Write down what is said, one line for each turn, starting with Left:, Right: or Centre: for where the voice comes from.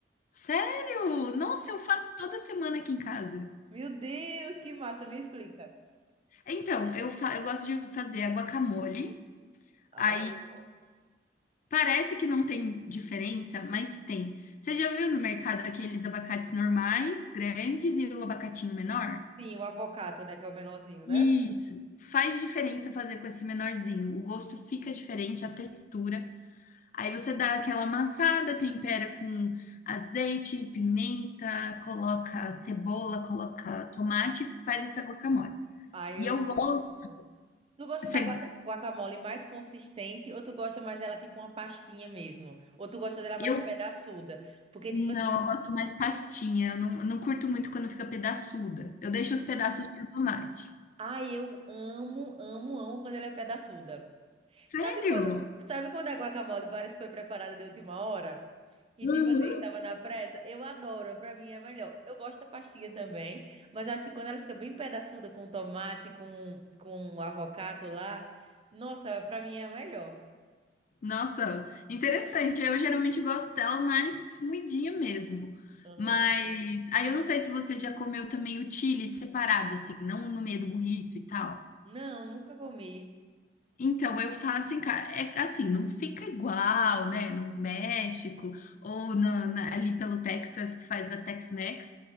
Left: Sério? Nossa, eu faço toda semana aqui em casa.
Right: Meu Deus, que massa! Me explica.
Left: Então, eu, fa eu gosto de fazer a guacamole,
Right: Ai,
Left: aí
Right: eu amo.
Left: parece que não tem diferença, mas tem. Você já viu no mercado aqueles abacates normais, grandes, e o abacatinho menor?
Right: Sim, o avocado, né? Que é o menorzinho, né?
Left: Isso. Faz diferença fazer com esse menorzinho. O gosto fica diferente, a textura. Aí você dá aquela amassada, tempera com azeite, pimenta, coloca cebola, coloca tomate, e faz essa guacamole.
Right: Ai,
Left: E
Right: eu
Left: eu
Right: amo.
Left: gosto,
Right: Tu gosta
Left: cê-
Right: da guaca- guacamole mais consistente ou tu gosta mais dela tipo uma pastinha mesmo? Ou tu gosta dela mais
Left: eu
Right: pedaçuda? Porque,
Left: Não,
Right: tipo assim.
Left: eu gosto mais pastinha. Eu não eu não curto muito quando fica pedaçuda. Eu deixo os pedaços para tomate.
Right: Ai, eu amo, amo, amo quando ela é pedaçuda.
Left: Sério?
Right: Sabe quando, sabe quando a guacamole parece que foi preparada de última hora? E
Left: Uhum.
Right: tipo assim, tava na pressa? Eu adoro, pra mim é melhor. Eu gosto da pastinha também, mas acho que quando ela fica bem pedaçuda com tomate, com, com avocado lá, nossa, pra mim é melhor.
Left: Nossa, interessante. Eu geralmente gosto dela mais moidinha mesmo.
Right: Aham.
Left: Mas aí eu não sei se você já comeu também o chili separado, assim, não no meio do burrito e tal.
Right: Não, nunca comi.
Left: Então, eu faço em casa. É assim, não fica igual, né? No México ou na, na- ali pelo Texas que faz a Tex-Mex,